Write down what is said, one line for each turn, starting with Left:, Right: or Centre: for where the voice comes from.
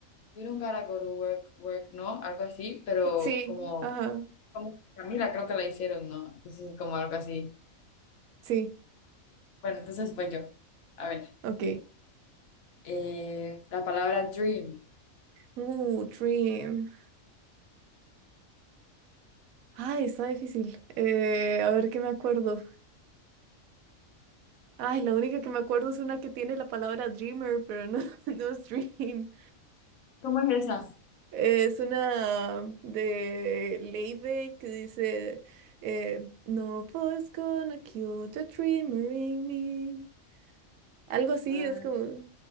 Left: You don't gotta go to work, work, ¿no? Algo así, pero
Right: Sí,
Left: como,
Right: ajá,
Left: como Camila creo que la hicieron, ¿no? Entonces, como algo así.
Right: sí,
Left: Bueno, entonces pues yo. A ver,
Right: ok.
Left: eh, la palabra dream.
Right: Uh, Dream. Ay, está difícil. Eh, a ver qué me acuerdo. Ay, la única que me acuerdo es una que tiene la palabra Dreamer, pero no, <laughs> no es Dream.
Left: ¿Cómo es esa?
Right: Eh, es una de Leibey que dice: eh, No one's gonna kill the dreamer in me. Algo así,
Left: Ah,
Right: es como.